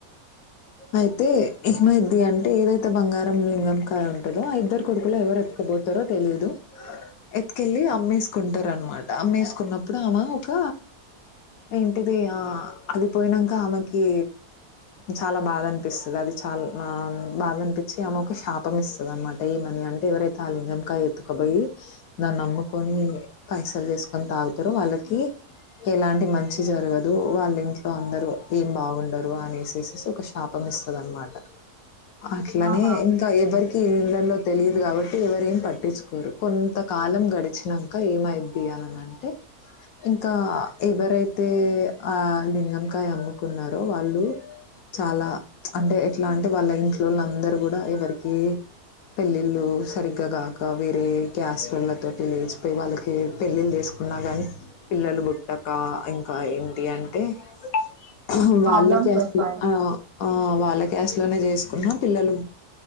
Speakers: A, on the left (about 70°); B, on the right (about 60°).
A: అయితే ఏమైద్ది అంటే ఏదైతే బంగారం లింగం కాయ ఉంటదో ఆ ఇద్దరు కొడుకులు ఎవరు ఎత్తుకుపోతారో తెలిదు ఎత్తుకెళ్ళి అమ్మేసుకుంటారు అనమాట అమ్మేసుకున్నప్పుడు ఆమె ఒక ఏంటిది ఆ అది పోయినంక ఆమెకి కి చాలా బాధ అనిపిస్తుది అది చాల ఆ బాధనిపిచ్చి ఆమె ఒక శాపం ఇస్తది అనమాట ఏమని అంటే ఎవరైతే ఆ లింగంకాయ ఎత్తుకపోయి దాన్ని అమ్ముకొని పైసలు చేసుకొని తాగుతారు వాళ్ళకి ఎలాంటి మంచి జరగదు వాళ్ళింట్లో అందరూ ఏం బావుండరు అనేసేసేసి ఒక శాపం ఇస్తది అనమాట అట్లనే
B: ఆహా
A: ఇంకా ఎవరి కి ఇళ్లలో తెలియదు కాబట్టి ఎవరేం పట్టిచ్చుకోరు కొంతకాలం గడిచినంక ఏమైద్ది అననంటే ఇంకా ఎవరైతే ఆ లింగంకాయ అమ్ము కున్నారో వాళ్ళు చాలా అంటే ఎట్లా అంటే వాళ్ళ ఇంట్లోళ్ళందరు కూడా ఎవరికీ పెళ్ళిళ్ళు సరిగ్గాగాక వేరే క్యాస్టోళ్ళ తోటి లేచిపోయి వాళ్ళకి పెళ్ళిళ్ళు చేసుకున్నా కాని పిల్లలు పుట్టక ఇంకా ఏంటి అంటే <unintelligible>
B: ప్రాబ్లమ్స్
A: వాళ్ళ కాస్టు
B: వస్తాయి
A: అ ఆ వాళ్ళ కాస్ట్ లోనే చేసుకున్నా పిల్లలు